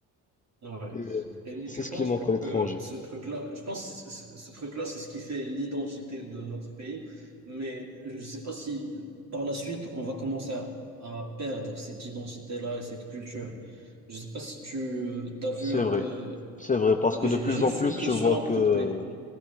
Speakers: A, on the right; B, on the left.
A: Ouais.
B: Et, euh,
A: Et
B: c'est
A: tu
B: ce
A: penses
B: qui manque
A: que
B: à l'étranger.
A: euh, ce truc-là, je pense que c- c- ce truc-là, c'est ce qui fait l'identité de notre pays, mais je ne sais pas si euh, par la suite, on va commencer à, à perdre cette identité-là et cette culture. Je ne sais pas si tu as vu
B: C'est
A: un
B: vrai,
A: peu...
B: c'est vrai, parce
A: Euh,
B: que
A: J'ai
B: de plus
A: j'ai
B: en
A: juste
B: plus,
A: une question
B: tu vois
A: à
B: que...
A: propos.